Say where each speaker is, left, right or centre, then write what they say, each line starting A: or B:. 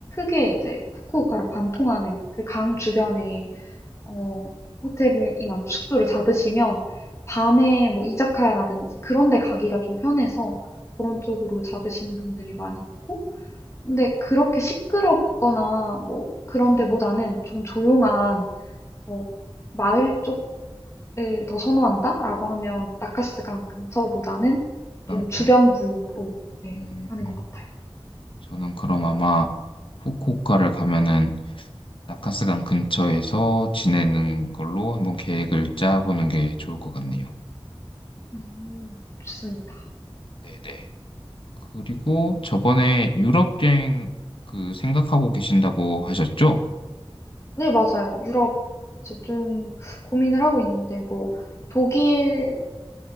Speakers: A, on the left (about 30°); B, on the left (about 65°).
A: 크게 이제 후쿠오카를 관통하는 그 강 주변에 어, 호텔이나 뭐 숙소를 잡으시면 밤에 뭐 이자카야라든지 그런 데 가기가 좀 편해서 그런 쪽으로 잡으시는 분들이 많이 있고 근데 그렇게 시끄럽거나 뭐 그런 데보다는 좀 조용한 뭐 마을 쪽을 더 선호한다라고 하면 나카스강
B: 네.
A: 근처보다는
B: 땅,
A: 좀 주변부로
B: 네.
A: 네,
B: 음,
A: 하는 것 같아요.
B: 저는 그럼 아마 후쿠오카를 가면은 나카스강 근처에서 지내는 걸로 한번 계획을 짜보는 게 좋을 것 같네요.
A: 음, 좋습니다.
B: 네네. 그리고 저번에 유럽 여행 그 생각하고 계신다고 하셨죠?
A: 네, 맞아요. 유럽 이제 좀 고민을 하고 있는데 뭐 독일도